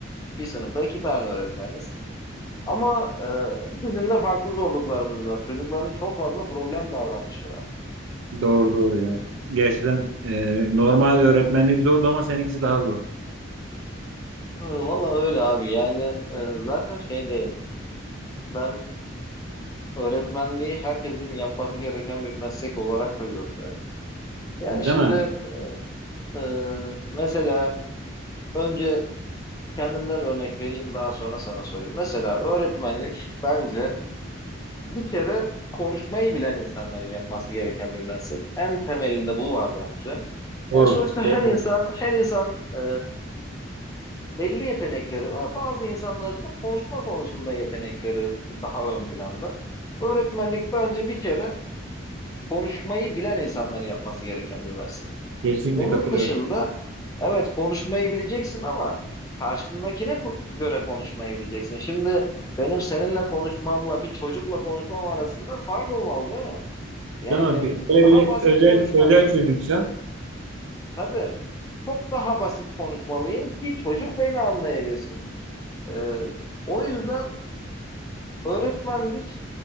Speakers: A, on the left (about 20°); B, on the right (about 70°).
A: Bir sınıfta 2 tane öğretmeniz. Ama e, bizim de farklı zorluklarımız var. Çocukların çok fazla problem davranışı var.
B: Doğru doğru ya. Gerçekten e, normal öğretmenlik zordu ama seninkisi daha zor.
A: Ee, Valla öyle abi yani e, zaten şey değil ben öğretmenliği herkesin yapması gereken bir meslek olarak da görmüyorum. Yani
B: Değil
A: şimdi
B: mi?
A: e, mesela önce kendimden örnek vereyim daha sonra sana sorayım. Mesela öğretmenlik bence bir kere konuşmayı bilen insanların yapması gereken bir meslek. En temelinde bu var bence.
B: Doğru.
A: Yani sonuçta
B: Doğru.
A: her insan her insan e, belli yetenekleri var. Bazı insanların da konuşma konusunda yetenekleri daha ön planda. Öğretmenlik bence bir kere konuşmayı bilen insanların yapması gereken bir meslek.
B: Kesinlikle
A: Onun
B: katılıyorum.
A: dışında evet konuşmayı bileceksin ama karşındakine ko- göre konuşmayı bileceksin. Şimdi benim seninle konuşmamla bir çocukla konuşmam arasında fark olmalı değil mi? Yani
B: Değil mi? Bir, öyle
A: daha
B: bir de
A: basit
B: özel
A: konuşmalıyım.
B: özel çocuksa
A: Tabii çok daha basit konuşmalıyım ki çocuk beni anlayabilsin. Ee, o yüzden Öğretmenlik